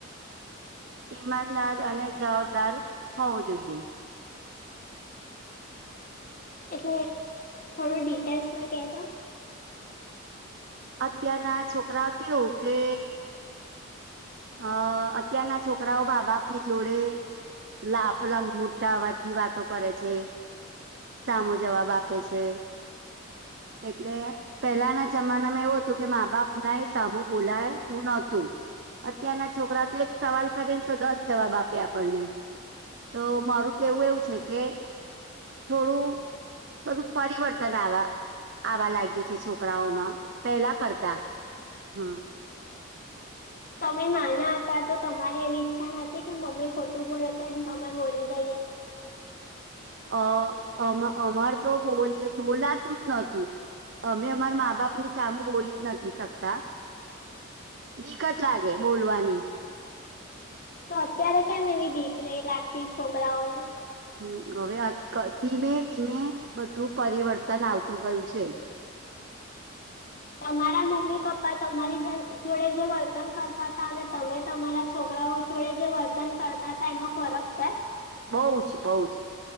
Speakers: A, on the right; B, on the left.
A: ઈમાનદાર અને જવાબદાર હોવુ, જોઈએ
B: એટલે થોડું, ડિટેલ્સમાં કેશો
A: અત્યારના છોકરા, કેવું કે અ અત્યારના છોકરાઓ, બા બાપ ની જોડે લ આપલા મોટા અવાજથી વાતો, કરે છે. સામો જવાબ આપે છે, એટલે પહેલાના જમાનામાં એવું હતુ, કે મા બાપના એ સામું બોલાય તુ નતુ છોકરા, એક સવાલ કરીને, તો દસ જવાબ આપે આપણને, તો મારુ કેવું એવું છે, કે થોડું, બધું પરિવર્તન આવ આવા લાગ્યું છે, છોકરાઓમા પેલા કરતા હમ
B: <unintelligible> તમે નાના હતા. તો તમારી એવી ઈચ્છા નથી, કે મમ્મી ખોટું બોલે તેની અમે બોલી દઈએ
A: અ અ અમાર, તો બો બોલાતું જ નતુ અમે અમાર મા, બાપની સામું બોલીજ નથી શકતા દીકત, લાગે બોલવાની
B: તો અત્યારે કેમ એવી બીક નહી, લાગતી છોકરાઓને
A: હમ, હવે ધીમે, ધીમે બધું પરિવર્તન આવતુ ગયુ છે.
B: તમારા મમ્મી પપ્પા, તમારી જોડે જે વર્તન કરતા હતા, અને તમે તમારા છોક કરાઓ જોડે જે વર્તન કરતા હતા, એમાં ફરક છે.
A: બઉ જ, બઉ જ